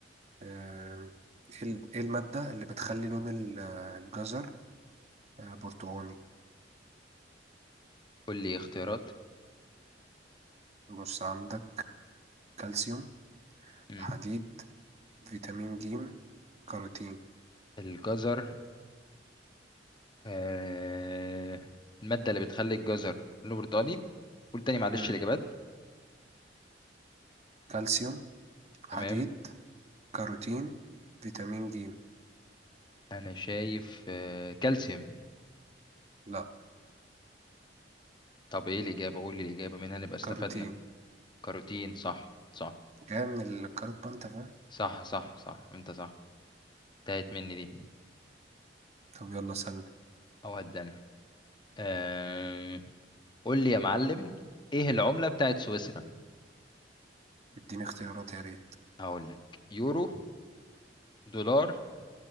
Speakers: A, on the right; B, on the left.
A: آه، إيه ال- إيه المادة اللي بتخلي لون ال- آه، الجزر آه، برتقاني
B: قول لي اختيارات
A: بص عندك كالسيوم
B: مم.
A: حديد فيتامين ج كاروتين
B: الجزر آه... المادة اللي بتخلي الجزر لونه برتقاني قول تاني معلش
A: مم.
B: الاجابات
A: كالسيوم حديد
B: تمام
A: كاروتين فيتامين ج
B: انا شايف آه... كالسيوم
A: لا
B: طب ايه الاجابة قول لي الاجابة منها نبقى استفدنا
A: كاروتين
B: كاروتين صح صح
A: جاية من الكاروت بقى انت فاهم
B: صح صح صح انت صح انتهت مني دي
A: طب يلا سألني
B: اود انا آه... قول لي يا معلم ايه العملة بتاعت سويسرا
A: اديني اختيارات يا ريت
B: هقول لك يورو دولار